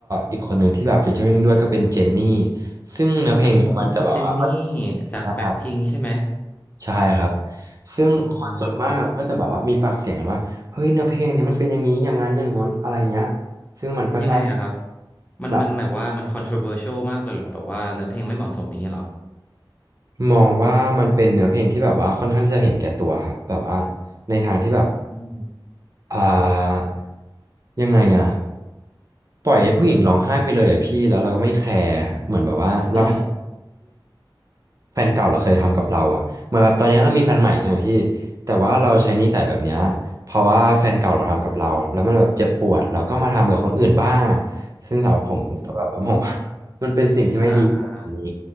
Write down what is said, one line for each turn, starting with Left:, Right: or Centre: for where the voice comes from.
Right: อีกคนหนึ่งที่แบบ featuring ด้วยก็เป็นเจนนี่ซึ่งเนื้อเพลงเนี่ยมันจะแบบว่า
Left: อ๋อเจนนี่จากแบ็คพิงค์ใช่ไหม
Right: ใช่ ใช่ครับ ซึ่งคนส่วนมากอะก็จะแบบว่ามีปากเสียงกันว่าเฮ้ยเนื้อเพลงเนี้ยมันเป็นอย่างนี้อย่างนั้นอย่างง้นอะไรเงี้ย
Left: อ๋อ
Right: ซึ่งมันก็ใช่
Left: ยังไงอะครับมันมันแบบว่ามัน
Right: แบบ
Left: controversial มากเลยเหรอแบบว่าเนื้อเพลงไม่เหมาะสมอย่างเงี้ยเหรอ
Right: มองว่ามันเป็นเนื้อเพลงที่แบบว่าค่อนข้างที่จะเห็นแก่ตัวครับแบบว่าในทางที่แบบ
Left: อ่าอม
Right: อ่ายังไงอะปล่อยให้ผู้หญิงร้องไห้ไปเลยอะพี่แล้วเราก็ไม่แคร์เหมือนแบบว่าเราทำ
Left: อ๋อ
Right: แฟนเก่าเราเคยทำกับเราอ่ะเหมือนแบบตอนนี้เรามีแฟนใหม่ใช่ไหมพี่แต่ว่าเราใช้นิสัยแบบเนี้ยเพราะว่าแฟนเก่าเราทำกับเราแล้วมันแบบเจ็บปวดเราก็มาทำกับคนอื่นบ้างอ่ะซึ่งสำหรับผมผมก็แบบว่า
Left: อืม
Right: <laughs> มองว่ามันเป็นสิ่งที่ไม่ดีของคนนี้
Left: อ่า